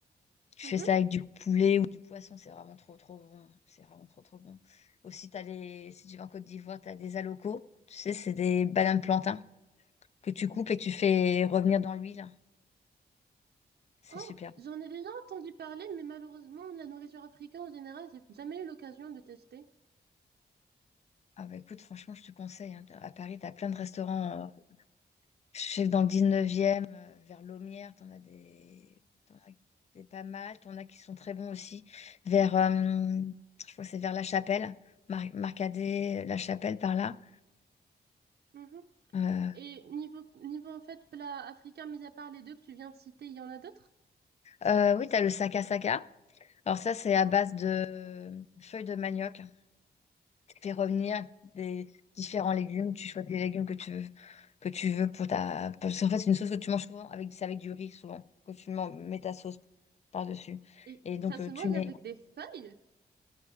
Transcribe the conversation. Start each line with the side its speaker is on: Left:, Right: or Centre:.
Left: Tu
Right: Mhm.
Left: fais ça avec du poulet ou du poisson. C'est vraiment trop, trop bon. C'est vraiment trop, trop bon. Aussi, t'as les... si tu vas en Côte d'Ivoire, tu as des alocos. Tu sais, c'est des bananes plantains que tu coupes et que tu fais revenir dans l'huile. C'est
Right: Oh,
Left: super.
Right: j'en ai déjà entendu parler, mais malheureusement, la nourriture africaine en général, j'ai jamais eu l'occasion de tester.
Left: Ah bah écoute, franchement, je te conseille. hein. À Paris, tu as plein de restaurants euh, Je sais que dans le 19e, euh, vers Laumière, t'en as des... t'en as des pas mal. T'en as qui sont très bons aussi. Vers, euh, je crois que c'est vers La Chapelle, Mar Marcadet, La Chapelle par là.
Right: Mhm.
Left: Euh,
Right: Et niveau, niveau en fait plat africain, mis à part les deux que tu viens de citer, il y en a d'autres?
Left: euh, oui, t'as le Saka Saka. Alors ça, c'est à base de euh, feuilles de manioc. Tu fais revenir des différents légumes. Tu choisis les légumes que tu veux, que tu veux pour ta... Parce qu'en fait, c'est une sauce que tu manges souvent avec, c'est avec du riz souvent, que tu man- mets ta sauce par-dessus.
Right: Et
Left: Et donc,
Right: ça
Left: euh,
Right: se mange
Left: tu mets,
Right: avec des feuilles?